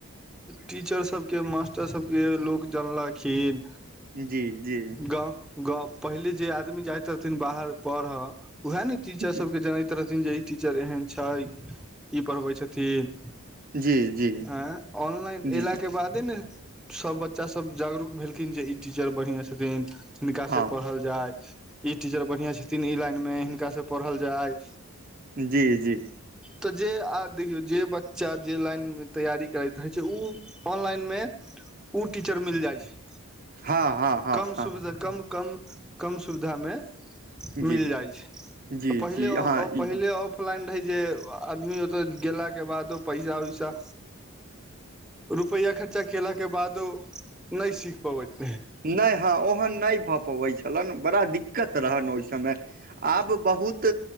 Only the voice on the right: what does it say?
जी, जी।
जी
जी जी
जी
हँ
जी, जी
हँ हँ हँ
हँ
जी
जी
जी हँ
ई
नैय हँ ओहन नैय भऽ पबै छेलैन बड़ा दिक्कत। रहन ओय समय आब बहुत